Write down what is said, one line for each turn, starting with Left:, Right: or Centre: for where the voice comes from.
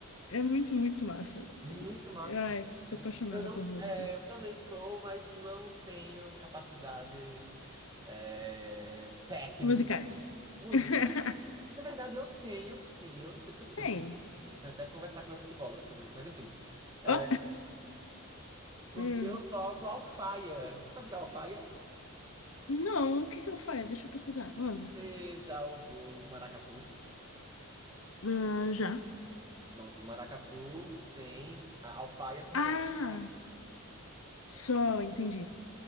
Left: é muito, muito massa.
Right: Muito massa.
Left: Ai,
Right: muito
Left: sou
Right: incrível.
Left: apaixonada
Right: Eu não,
Left: por música.
Right: é, eu também sou, mas não tenho capacidades é, técnicas.
Left: Musicais.
Right: Música.
Left: <laughs>
Right: Na verdade, eu tenho sim. Eu não sei porque eu fico
Left: Tem.
Right: dizendo isso. Eu tenho até que conversar com meu psicólogo sobre isso, mas enfim. É,
Left: Ó.
Right: porque
Left: Hum.
Right: eu toco alfaia. Sabe o que é alfaia?
Left: Não, o que que eu faço? Deixa eu pesquisar. Manda.
Right: Você já ouviu maracatu?
Left: Ah, já.
Right: Pronto, maracatu tem a alfaia são
Left: Ah,
Right: aqueles tambores.
Left: só, entendi.